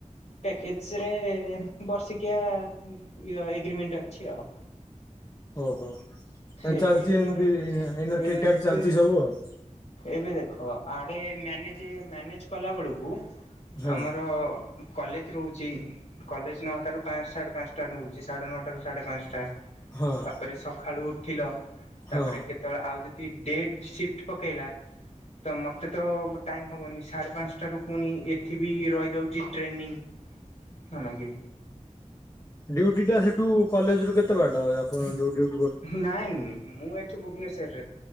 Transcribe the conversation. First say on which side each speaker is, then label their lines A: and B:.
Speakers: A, on the left; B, on the left.
A: ପ୍ୟାକେଜରେ ବର୍ଷିକିଆ ଇ ଏଗ୍ରିମେଣ୍ଟ ଅଛି ଆଉ।
B: ଓହୋ ଏ
A: ଏବେ
B: ଚାଲିଚି
A: ଆମର
B: ଏମତି ଏଇନା
A: ଏବେ
B: ଠିକ ଠାକ ଚାଲିଚି ସବୁ ଆଉ।
A: ଏବେ ଦେଖ ଆଡେ ମ୍ୟନେଜ ମ୍ୟାନେଜ କଲା ବେଳକୁ
B: ହଁ
A: ଆମର କଲେଚ ରହୁଚି କଲେଜ ନଅଟ ରୁ ପା ସାଢେ ପାସ୍ ତା ନୋଉଚି ସାଢେ ନଅଟ ରୁ ସାଢେ ପାଞ୍ଚଟା
B: ହଁ
A: ତାପରେ ସକାଳୁ ଉଠିଲ
B: ହଁ
A: ତାପରେ କେ ତ ଆଉ ଯଦି ଡେଟ୍ ସିଫ୍ଟ ପକେଇଲା ତ ମୋତେ ତ ଟାଇମ ହବନି ସାଢ଼େ ପାଞ୍ଚଟାରୁ ପୁଣି ଏଠି ବି ରହିଯାଉଚି ଟ୍ରେନିଂ। ହାଲାଗି
B: ଡିଉଟି ଟା ସେଠୁ କଲେଜ ରୁ କେତେ ବାଟ? ଆପଣ <unintelligible>
A: ନାଇଁ ମୁଁ ଏଠି ଭୁବନେଶ୍ୱର